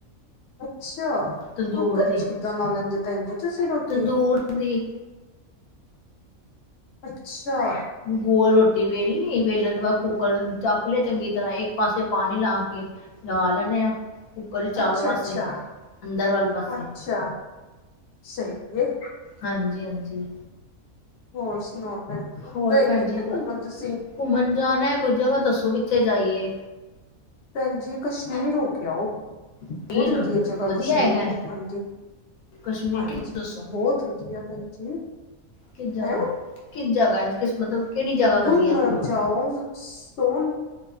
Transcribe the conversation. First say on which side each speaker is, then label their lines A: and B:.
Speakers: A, on the left; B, on the left.
A: ਅੱਛਾ
B: ਤੰਦੂਰ
A: ਕੁੱਕਰ ਚ ਕਿੱਦਾਂ ਲਾ ਲੈਂਦੇ ਹੋ ਤੁਸੀਂ ਭੈਣ ਜੀ ਰੋਟੀ।
B: ਦੂਰ ਦੀ
A: ਅੱਛਾ
B: ਗੋਲ ਰੋਟੀ ਵੇਲ ਲਈ ਵੇਲਣ ਤੋਂ ਬਾਅਦ ਕੁੂੱਕਰ ਚੱਕ ਲਿਆ ਚੰਗੀ ਤਰ੍ਹਾਂ ਇੱਕ ਪਾਸੇ ਪਾਣੀ ਲਾ ਕੇ ਲਗਾ ਲੈਦੇ ਆ ਕੁੱਕਰ ਦੇ ਚਾਰੋਂ
A: ਅੱਛਾ,
B: ਪਾਸੇ
A: ਅੱਛਾ,
B: ਅੰਦਰ ਵਾਲੇ ਪਾਸੇ
A: ਅੱਛਾ ਸਹੀ ਹੈ
B: ਹਾਂਜੀ ਹਾਂਜੀ
A: ਹੋਰ ਸੁਣਾਓ ਭੈਣ ਜੀ
B: ਹੋਰ
A: ਗਏ
B: ਭੈਣ
A: ਨੀ ਕਿੱਥੇ
B: ਜੀ ਬਸ
A: ਘੁੰਮਣ ਤੁਸੀਂ
B: ਘੁੰਮਣ ਜਾਣਾ ਕੋਈ ਜਗ੍ਹਾ ਦੱਸੋ ਕਿੱਥੇ ਜਾਈਏ
A: ਭੈਣ ਜੀ ਕਸ਼ਮੀਰ ਹੋ ਕੇ ਆਓ ਬਹੁਤ
B: ਕਸ਼ਮੀਰ
A: ਵਧੀਆ ਜਗ੍ਹਾ
B: ਵਧੀਆ
A: ਕਸ਼ਮੀਰ
B: ਹੈਗਾ
A: ਘੁੰਮਣ ਦੀ।
B: ਕਸ਼ਮੀਰ
A: ਹਾਂਜੀ,
B: ਕਿਨੂੰ ਦੱਸੋ
A: ਬਹੁਤ ਵਧੀਆ ਭੈਣ ਜੀ।
B: ਕਿਸ ਜਗ੍ਹਾ
A: ਹੈਂ
B: ਕਿਸ ਜਗ੍ਹਾ ਕਿਸ ਮਤਲਬ ਕਿਹੜੀ ਜਗ੍ਹਾ
A: ਗੁਲਮਰਮ
B: ਵਧੀਆ ਘੁੰਮਣ
A: ਚਾਓ ਸੋਨ